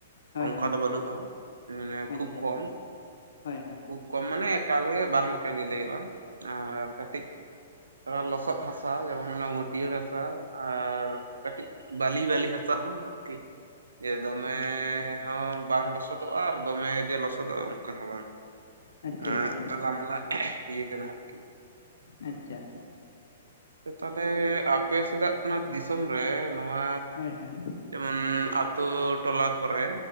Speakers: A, on the left (about 70°); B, on the right (about 85°).
A: ᱦᱳᱭ
B: ᱚᱱᱠᱟ
A: ᱦᱳᱭ
B: ᱫᱚ ᱵᱟᱹᱱᱩᱜᱼᱟ, ᱢᱟᱱᱮ
A: ᱟᱪᱪᱷᱟ
B: ᱠᱷᱩᱵ ᱠᱚᱢ᱾
A: ᱟᱪᱪᱷᱟ ᱦᱳᱭ ᱦᱳᱭ
B: ᱠᱷᱩᱵ ᱠᱚᱢ ᱢᱟᱱᱮ ᱮᱠᱟᱞᱜᱮ ᱵᱟᱝ ᱞᱮᱠᱟᱜᱮ ᱞᱟᱹᱭᱟᱹᱜ-ᱟ ᱟᱨ ᱠᱟᱹᱴᱤᱡ ᱛᱚᱲᱟ ᱞᱚᱥᱚᱫ ᱦᱟᱥᱟ ᱡᱮᱢᱚᱱ ᱚᱱᱟ ᱢᱟᱹᱴᱭᱟᱹᱲ ᱦᱟᱥᱟ ᱟᱨ ᱠᱟᱹᱴᱤᱡ ᱵᱟᱞᱤ ᱵᱟᱞᱤ ᱦᱟᱥᱟ ᱦᱚᱸ ᱟᱨᱠᱤ ᱡᱮ ᱫᱚᱢᱮ ᱦᱚᱸ ᱵᱟᱝ ᱞᱚᱥᱚᱫ ᱟᱨ ᱫᱚᱢᱮ ᱡᱮ ᱞᱚᱥᱚᱫᱚᱜᱼᱟ, ᱚᱱᱠᱟ ᱦᱚᱸ ᱵᱟᱝ᱾
A: ᱟᱪᱪᱷᱟ
B: ᱮᱸ
A: ᱟᱪᱪᱷᱟ
B: ᱛᱟᱞᱟᱢᱟᱞᱟ ᱤᱭᱟᱹ ᱠᱟᱱᱟ ᱟᱨᱠᱤ᱾
A: ᱟᱪᱪᱷᱟ
B: ᱛᱟᱦᱞᱮ ᱟᱯᱮ ᱥᱮᱫᱟᱜ ᱢᱟ ᱫᱤᱥᱚᱢ ᱨᱮ ᱱᱚᱣᱟ
A: ᱦᱳᱭ ᱦᱳᱭ
B: ᱡᱮᱢᱚᱱ ᱟᱹᱛᱩ ᱴᱚᱞᱟ ᱠᱚᱨᱮ